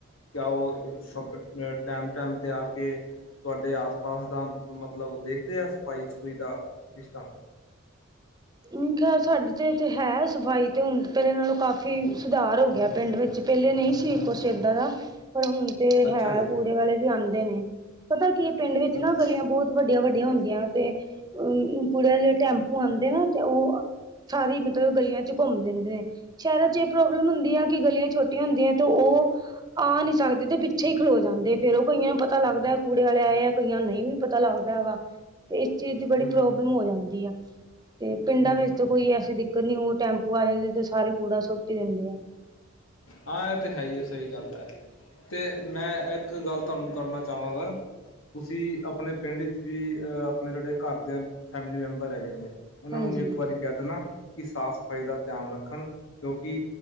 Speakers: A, on the left (about 85°); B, on the right (about 20°).
A: ਕਿਆ ਉਹ ਸੰਰਪ ਟਾਈਮ -ਟਾਈਮ 'ਤੇ ਆ ਕੇ ਤੁਹਾਡੇ ਆਸ, ਪਾਸ ਦਾ ਮਤਲਬ ਦੇਖਦੇ ਆ ਸਫ਼ਾਈ- ਸਫਾਈ ਦਾ ਰਿਸ਼ਟਮ।
B: ਨੀ ਖੈਰ ਸਾਡੇ ਤੋ ਤੇ ਹੈ ਸਫ਼ਾਈ ਤੇ ਹੁਣ ਪਹਿਲੇ ਨਾਲੋਂ ਕਾਫ਼ੀ ਸੁਧਾਰ ਹੋ ਗਿਆ ਪਿੰਡ ਵਿੱਚ ਪਹਿਲੇ ਨਹੀਂ ਸੀ। ਕੁਛ ਏਦਾਂ ਦਾ, ਪਰ ਹੁਣ ਤੇ
A: ਅੱਛਾ
B: ਹੈ
A: ਜੀ
B: ਕੂੜੇ ਵਾਲੇ ਵੀ ਆਉਂਦੇ ਨੇ। ਪਤਾ ਕੀ ਪਿੰਡ ਵਿੱਚ
A: ਅੱਛਾ,
B: ਨਾ ਗਲੀਆਂ ਬਹੁਤ ਵੱਡੀਆਂ- ਵੱਡੀਆਂ ਹੁੰਦੀਆਂ ਤੇ ਅਮ ਕੂੜੇ ਦੇ ਟੈਂਪੂ ਆਉਂਦੇ ਨਾ ਤੇ ਉਹ, ਸਾਰੀ ਮਤਲਬ ਗਲੀਆਂ ਚ ਘੁੰਮ ਦਿੰਦੇ ਨੇ। ਸ਼ਹਿਰਾਂ ਚ ਇਹ ਪ੍ਰੋਬਲਮ ਹੁੰਦੀ ਹੈ ਕਿ ਗਲੀਆਂ ਛੋਟੀਆਂ ਹੁੰਦੀਆਂ ਤੇ ਉਹ ਆ ਨੀ ਸਕਦੇ ਤੇ ਪਿੱਛੇ ਹੀ ਖਲੋ ਜਾਂਦੇ ਫੇਰ ਉਹ ਕਈਆਂ ਨੂੰ ਪਤਾ ਲੱਗਦਾ ਕੂੜੇ ਵਾਲੇ ਆਏ ਐ ਕਈਆਂ ਨਹੀਂ ਵੀ ਪਤਾ ਲੱਗਦਾ ਹੈਗਾ, ਤੇ ਇਸ ਚੀਜ਼ ਦੀ ਬੜੀ
A: ਹੂੰ
B: ਪ੍ਰੋਬਲਮ ਹੋ ਜਾਂਦੀ ਐ। ਤੇ ਪਿੰਡਾਂ
A: ਹੂੰ
B: ਵਿੱਚ
A: ਹੂੰ।
B: ਤਾਂ ਕੋਈ ਐਸੀ ਦਿੱਕਤ ਨੀ ਉਹ ਟੈਂਪੂ ਆ ਜਾਂਦੇ ਤੇ ਸਾਰੇ ਕੂੜਾ ਸੁੱਟੀ ਹੀ ਦਿੰਦੇ ਐ।
A: ਹਾਂ ਇਹ ਤੇ ਹੈ ਹੀ ਸਹੀ ਗੱਲ ਐ। ਤੇ ਮੈਂ ਇੱਕ ਗੱਲ ਤੁਹਾਨੂੰ ਕਰਨਾ ਚਾਹਵਾਂਗਾ। ਤੁਸੀਂ ਆਪਣੇ ਪਿੰਡ 'ਚ ਵੀ, ਆਪਣੇ ਜਿਹੜੇ ਘਰ ਦੇ ਫੈਮਿਲੀ ਮੈਂਬਰ ਹੈਗੇ ਨੇ, ਉਹਨਾਂ
B: ਹਾਂਜੀ,
A: ਨੂੰ, ਵੀ ਇੱਕ ਵਾਰੀ ਕਹਿ ਦੇਣਾ ਕਿ, ਸਾਫ਼ ਸਫ਼ਾਈ ਦਾ ਧਿਆਨ ਰੱਖਣ ਕਿਉਂਕਿ,